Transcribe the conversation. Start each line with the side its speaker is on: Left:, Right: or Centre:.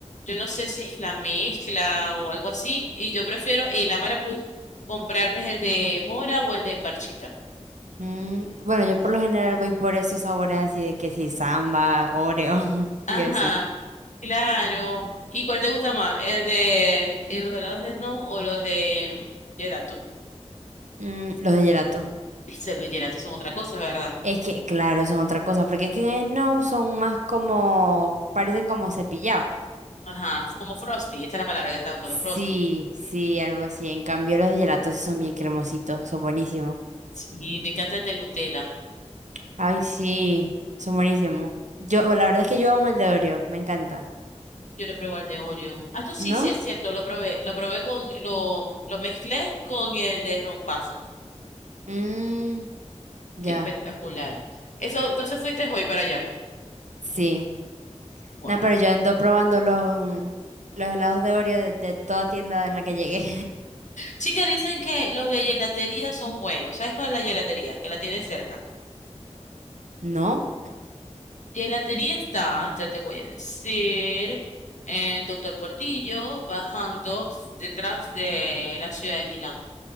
Left: Yo no sé si es la mezcla o algo así. Y yo prefiero el Amara Plus, comprarme el de mora o el de parchita.
Right: Mm, bueno, yo por lo general voy por esos sabores así de que si samba, Oreo <laughs>
Left: Ajá,
Right: y así.
Left: claro. ¿Y cuál te gusta más? ¿El de eh, los helados de Snow o los de mm, gelato?
Right: Mm, los de gelato.
Left: Ese, Los gelatos son otra cosa, ¿verdad?
Right: Es que, claro, son otra cosa, porque es que en Snow son más como, parecen como cepillado.
Left: Ajá, como Frosty. Esa es la palabra que estaba buscando,
Right: Sí,
Left: Frosty.
Right: sí, algo así. En cambio, los de gelato sí son bien cremositos, son buenísimos.
Left: Sí, me encanta el de Nutella.
Right: Ay, sí, son buenísimos. Yo, la verdad es que yo amo el de Oreo, me encanta.
Left: Yo lo probé el de Oreo. Ah, tú sí,
Right: ¿No?
Left: sí, es cierto, lo probé. Lo probé con, lo, lo mezclé con el de rompasas
Right: Mmm, ya,
Left: Espectacular. Eso, entonces fuiste hoy para allá.
Right: sí.
Left: Bueno.
Right: Nah, pero yo ando probando los, los helados de Oreo de, de toda tienda en la que llegué.
Left: Chicas, dicen que los de gelatería son buenos. ¿Sabes cuál es la gelatería? Que la tiene cerca.
Right: <laughs> ¿No?
Left: Gelatería está, ya te voy a decir, en Doctor Portillo, bajando detrás de la ciudad de Milán.